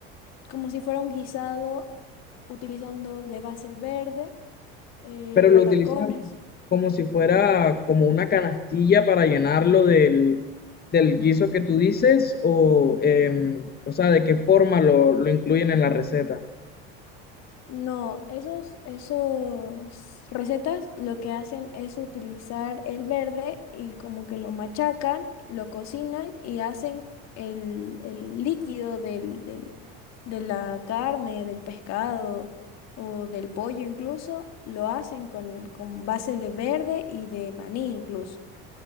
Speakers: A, on the left; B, on the left.
A: como si fuera un guisado utilizando de base el verde, eh,
B: pero lo
A: patacones.
B: Eh, utilizan como si fuera como una canastilla para llenarlo del, del guiso que tú dices o, em, o sea, de qué forma lo, lo incluyen en la receta.
A: No, esos, esos recetas lo que hacen es utilizar el verde y como que lo machacan, lo cocinan y hacen el, el líquido del, del- de la carne, del pescado o del pollo incluso, lo hacen con, con base de verde y de maní incluso.